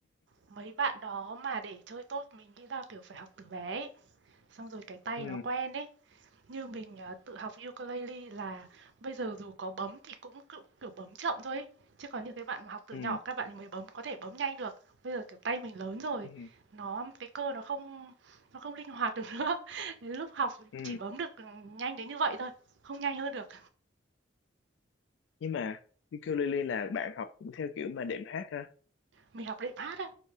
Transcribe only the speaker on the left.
ừ
ừ
ừ
ừ
nhưng mà ukulele là bạn học theo kiểu mà đệm hát ha